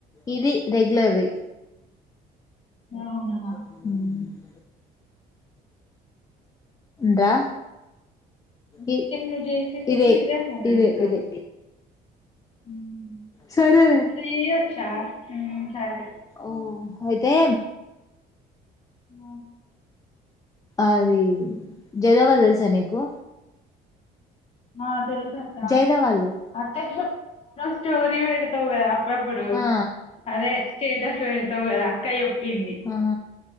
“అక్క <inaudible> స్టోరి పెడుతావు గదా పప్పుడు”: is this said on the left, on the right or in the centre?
Left